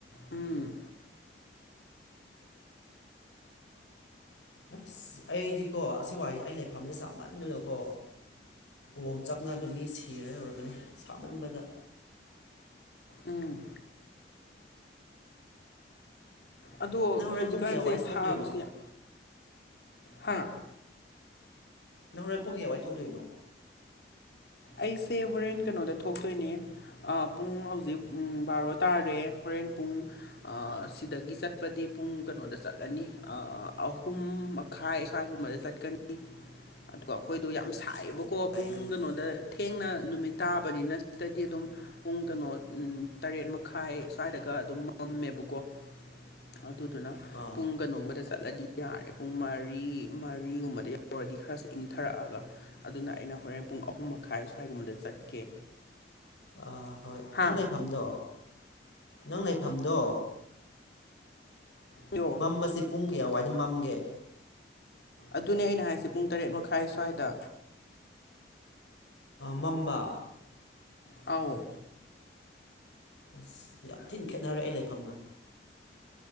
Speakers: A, on the left; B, on the left.
A: ꯎꯝ
B: ꯑ ꯑꯩꯗꯤꯀꯣ ꯑꯁꯤ ꯋꯥꯍ ꯑꯩ ꯂꯩꯐꯝꯗꯤ ꯁꯥꯃꯟꯗꯨꯅꯀꯣ ꯎꯝ ꯆꯛꯅꯅꯕ ꯃꯤ ꯁꯤꯔ ꯌꯧꯔꯕꯅꯤ ꯁꯥꯃꯟꯕꯗ
A: ꯎꯝ ꯑꯗꯣ
B: ꯅꯪ ꯍꯣꯔꯦꯟ
A: ꯍꯧꯖꯤꯛꯀꯥꯟꯁꯦ
B: ꯄꯨꯡ ꯀꯌꯥꯋꯥꯏ
A: ꯁꯥꯕꯁꯨ
B: ꯊꯣꯛꯇꯣꯏꯅꯣ
A: ꯌꯥꯝ ꯍꯥꯥꯡ
B: ꯅꯍꯣꯔꯏ ꯄꯨꯡ ꯀꯋꯥꯏ ꯊꯣꯛꯗꯣꯏꯅꯣ
A: ꯑꯩꯁꯦ ꯍꯣꯔꯦꯟ ꯀꯩꯅꯣꯗ ꯊꯣꯛꯇꯣꯏꯅꯦ ꯄꯨꯡ ꯍꯧꯖꯤꯛ ꯕꯥꯔꯣ ꯇꯥꯔꯦ ꯍꯣꯔꯦꯟ ꯄꯨꯡ ꯑꯁꯤꯗꯒꯤ ꯆꯠꯄꯗꯤ ꯄꯨꯡ ꯀꯩꯅꯣꯗ ꯆꯠꯂꯅꯤ ꯑꯍꯨꯝ ꯃꯈꯥꯏ ꯁ꯭ꯋꯥꯏꯒꯨꯝꯕꯗ ꯆꯠꯀꯅꯤ ꯑꯗꯨꯒ ꯑꯩꯈꯣꯏꯗꯣ ꯌꯥꯝ ꯁꯥꯏꯌꯦꯕꯀꯣ
B: ꯑꯣ ꯌꯥꯏꯌꯦ
A: ꯄꯨꯡ
B: ꯑꯗꯨꯕꯨꯗꯤ
A: ꯀꯩꯅꯣꯗ ꯊꯦꯡꯅ ꯅꯨꯃꯤꯠ ꯇꯥꯕ ꯕꯅꯤꯅ ꯁꯤꯗꯗꯤ ꯑꯗꯨꯝ ꯄꯨꯡ ꯀꯩꯅꯣ ꯇꯔꯦꯠ ꯃꯈꯥꯏ ꯁ꯭ꯋꯥꯏꯗꯒ ꯑꯗꯨꯝ ꯃꯝꯃꯦꯕꯀꯣ ꯑ ꯑꯗꯨꯗꯨꯅ
B: ꯑꯥ
A: ꯄꯨꯡ ꯀꯩꯅꯣꯒꯗ ꯆꯠꯂꯗꯤ ꯌꯥꯔꯦ ꯄꯨꯡ ꯃꯔꯤ ꯃꯔꯤꯒꯨꯝꯕꯗ ꯌꯥꯎꯔꯗꯤ ꯈꯔ ꯏꯪꯊꯔꯛꯑꯒ ꯑꯗꯨꯅ ꯑꯩꯅ ꯍꯣꯔꯦꯟ ꯄꯨꯡ ꯑꯍꯨꯝ ꯃꯈꯥꯏ ꯁ꯭ꯋꯥꯏꯒꯨꯝꯕꯗ ꯆꯠꯀꯦ
B: ꯑ ꯍꯣꯏ
A: ꯍꯥ
B: ꯅꯪ ꯂꯩꯐꯝꯗꯣ ꯅꯪ ꯂꯩꯐꯝꯗꯣ
A: ꯌꯣ
B: ꯃꯁꯦ ꯄꯨꯡ ꯀꯌꯥ ꯋꯥꯏ ꯑꯗꯨꯃꯝꯒꯦ
A: ꯑꯗꯨꯅꯦ ꯑꯩꯅ ꯍꯥꯏꯁꯦ ꯄꯨꯡ ꯇꯔꯦꯠ ꯃꯈꯥꯏ ꯁ꯭ꯋꯥꯏꯗ
B: ꯃꯝꯝꯕ
A: ꯑ
B: ꯑꯁ ꯌꯥꯝ ꯊꯤꯅ ꯈꯦꯠꯅꯔꯦ ꯑꯩ ꯂꯩꯐꯝꯒ